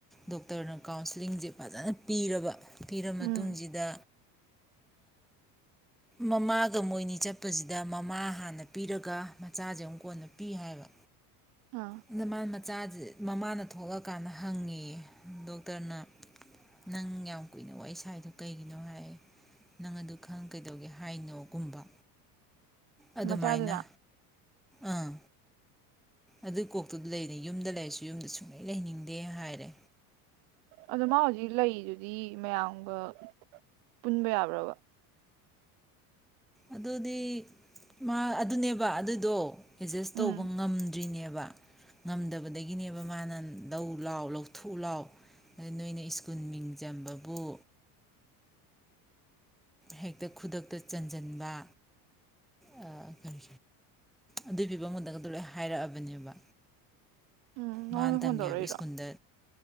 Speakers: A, in the centre; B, on the right.
A: ꯗꯣꯛꯇꯔꯅ ꯀꯥꯎꯟꯁꯤꯂꯤꯡꯁꯦ ꯐꯖꯅ ꯄꯤꯔꯕ ꯄꯤꯔꯕ ꯃꯇꯨꯡꯁꯤꯗ
B: ꯎꯝ
A: ꯃꯃꯥꯒ ꯃꯣꯏꯅꯤ ꯆꯠꯄꯁꯤꯗ ꯃꯃꯥ ꯍꯥꯟꯅ ꯄꯤꯔꯒ ꯃꯆꯥꯁꯦ ꯑꯃꯨꯛ ꯀꯣꯟꯅ ꯄꯤ ꯍꯥꯏꯕ
B: ꯑꯥ
A: ꯏ ꯃꯥ ꯃꯆꯥꯁꯦ ꯃꯃꯥꯅ ꯊꯣꯛꯂꯛꯀꯥꯟꯗ ꯍꯪꯉꯦ ꯗꯣꯛꯇꯔꯅ ꯅꯪ ꯌꯥꯝ ꯀꯨꯏꯅ ꯋꯥꯔꯤ ꯏꯁꯥꯏꯗꯣ ꯀꯩꯒꯤꯅꯣ ꯍꯥꯏ ꯅꯪ ꯑꯗꯨ ꯈꯪ ꯀꯩꯗꯧꯒꯦ ꯍꯥꯏꯅꯣꯒꯨꯝꯕ ꯑꯗꯨꯃꯥꯏꯅ
B: ꯃꯆꯥꯗꯨꯅ
A: ꯑꯥ ꯑꯗꯨꯏ ꯀꯣꯛꯇꯨꯗ ꯂꯩꯔ ꯌꯨꯝꯗ ꯂꯩꯔꯁꯨ ꯌꯨꯝꯗ ꯁꯨꯡꯂꯩ ꯂꯩꯅꯤꯡꯗꯦ ꯍꯥꯏꯔꯦ
B: ꯑꯗꯣ ꯃꯥ ꯍꯧꯖꯤꯛ ꯂꯩꯗꯨꯗꯤ ꯃꯌꯥꯝꯒ ꯄꯨꯟꯕ ꯌꯥꯕ꯭ꯔꯕ
A: ꯑꯗꯨꯗꯤ ꯃꯥ ꯑꯗꯨꯅꯦꯕ ꯑꯗꯨꯏꯗꯣ ꯑꯦꯗꯖꯁ
B: ꯎꯝ
A: ꯇꯧꯕ ꯉꯝꯗ꯭ꯔꯤꯅꯦꯕ ꯉꯝꯗꯕꯗꯒꯤꯅꯦꯕ ꯃꯥꯅ ꯂꯧ ꯂꯥꯎ ꯂꯧꯊꯣꯛ ꯂꯥꯎ ꯑꯗ ꯅꯣꯏꯅ ꯁ꯭ꯀꯨꯜ ꯃꯤꯡ ꯆꯝꯕꯕꯨ ꯍꯦꯛꯇ ꯈꯨꯗꯛꯇ ꯆꯟꯁꯤꯟꯕ ꯑ ꯐꯔ ꯑꯗꯨꯒꯤ ꯐꯤꯕꯝ ꯑꯃꯗ ꯂꯣꯏ ꯍꯥꯏꯔꯛꯑꯕꯅꯦꯕ
B: ꯎꯝ ꯅꯪꯉꯣꯟꯗ
A: ꯃꯥꯅ ꯇꯝꯒꯦ
B: ꯐꯣꯟ ꯇꯧꯔꯛꯏꯔꯣ
A: ꯍꯥꯏꯕ ꯁ꯭ꯀꯨꯜꯗ